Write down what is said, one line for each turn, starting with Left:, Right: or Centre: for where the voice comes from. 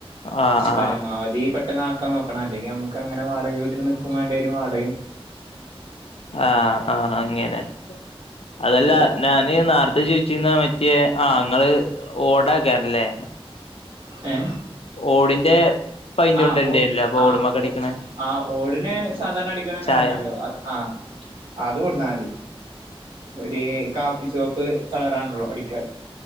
Left: ആഹ് ആഹ്
Right: പരമാവധി പെട്ടന്ന്ആക്കാൻ നോക്കണം അല്ലെങ്കിൽ നമുക്ക് അങ്ങനെ വാടക വീട്ടിൽ നിക്കും വേണ്ടരും വാടക
Left: ആഹ് ആഹ് അങ്ങനെ അതല്ല
Right: ഇപ്പോ
Left: ഞാന് നേർത്തെ ചോദിച്ചിരുന്ന മറ്റേ ആഹ് ഇങ്ങള് ഓടക്കാറില്ലേ
Right: ഏ
Left: ഓടിന്റെ പൈന്റ്
Right: ആഹ്
Left: കൊണ്ടരണ്ടേനില്ലേ
Right: ഒ
Left: അപ്പൊ
Right: ആഹ്
Left: ഓടുമ്മക്കടിക്കണേ
Right: ഒആഹ് ഓടിന് സാധാരണ അടിക്കണ
Left: ചായ
Right: നിറുണ്ടല്ലോ ആഹ് അത് കൊട്ന്നമതി ഒരു കാപ്പി ചുവപ്പ് കളറാണല്ലോ അടിക്കാൻ